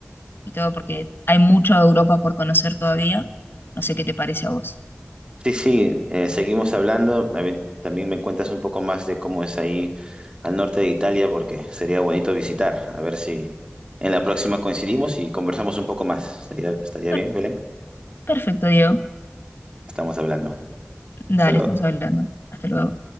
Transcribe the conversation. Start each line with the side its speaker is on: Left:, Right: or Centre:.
Left: y todo, porque hay mucho de Europa por conocer todavía. No sé qué te parece a vos.
Right: Sí, sí, eh, seguimos hablando. A ver, También me cuentas un poco más de cómo es ahí al norte de Italia, porque sería bonito visitar. A ver si en la próxima coincidimos y conversamos un poco más. ¿Estaría, estaría
Left: Per-
Right: bien, Belén?
Left: perfecto, Diego.
Right: Estamos hablando.
Left: Dale,
Right: Hasta luego.
Left: estamos hablando. Hasta luego.